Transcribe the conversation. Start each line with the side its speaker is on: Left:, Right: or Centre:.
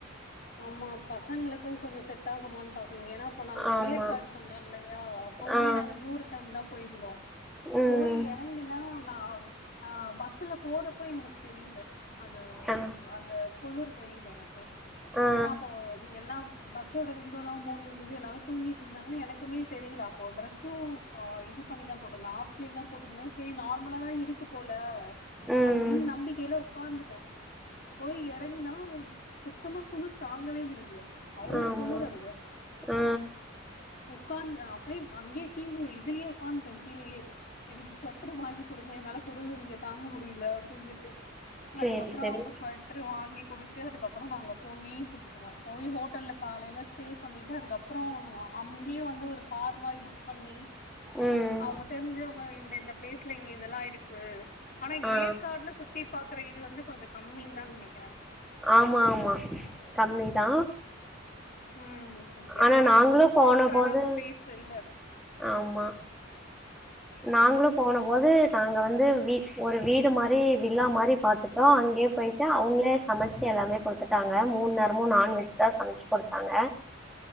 Left: ஆமா பசங்களுக்கூ கொஞ்ச செட் டாகுமானு பாக்கணு ஏனா அப்ப நாங்க
Centre: ஆமா.
Left: ஏற்காடு சொன்னோல்லயா அப்பவுமே
Centre: ஆ.
Left: நாங்க நியூரு டைம் தா போய்ர்ந்தோ
Centre: ம்.
Left: போய் எறங்குனா நா அம் ஆ பஸ்ல போறப்போ எனக் தெரில அது
Centre: ஆ.
Left: அந்த குளுர் தெரில எனக்கு
Centre: ஆ.
Left: ஓ எல்லா பஸ்ஸோட விண்டோலா மூடிற்ந்தது எல்லாரு தூங்கிட்ருந்தாங்க எனக்குமே தெரில அப்போ ட்ரெஸ் சும் அ இது பண்ணிதா போட்ருந்த ஆஃப் ஸ்லீவ் தா போட்ருந்த சே நார்மலா தா இருக் க்கு போல
Centre: ம்.
Left: அப்டினு நம்பிக்கைல உக்காந்துட்டே போய் எறங்னா சுத்தமா சுரு தாங்கவே முடில அவ்ளோ
Centre: ஆமா.
Left: குளூரு அங்க
Centre: ஆ.
Left: உக்காந்து அப்டியே அங்யே கீழே இதுலயே உக்காந் உக்கான்டே கீழயே எனக்கு சொட்ரு வாங்கி குடுங்க என்னால குருளு இங்க தாங்க முடில அப்டினுட்டு
Centre: சரி,
Left: அதுக்கப்றோ
Centre: சரி.
Left: அவ்ங்க ஸ்வொட்ரு வாங்கி குடுத்து அதுக்கப்றோ நாங்க போயி போய் ஹோட்டல்ல காலைல ஸ்டே பண்ணிட்டு அதுக்கப்றோ ஒ அங்யே வந்து ஒரு கார் மாறி புக் பண்ணி
Centre: ம்.
Left: அவுங்க தெரிஞ்சவ்ங்க இந்த இந்த ப்ளேஸ்ல இங்க இதெல்லா இருக்கு ஆனா
Centre: ஆ.
Left: ஏற்காட்ல சுத்தி பாக்குற இது வந்து கொஞ்ச கம்மின்தா நெனைக்
Centre: ஆமா ஆமா கம்மிதா
Left: ம் ஏன்னா
Centre: ஆனா நாங்ளு
Left: அங்க
Centre: போன
Left: பாக்குற
Centre: போது
Left: அளவுக்கு பேசு இல்ல
Centre: ஆமா நாங்ளு போன போது நாங்க வந்து வீ ஒரு வீடு மாறி வில்லா மாறி பாத்துட்டோ அங்கே போய் ட்டு அவுங்ளே சமச்சு எல்லாமே கொடுத்துட்டாங்க மூன்நேரமு நான்வெஜ் தா சம்ச்சு கொடுத்தாங்க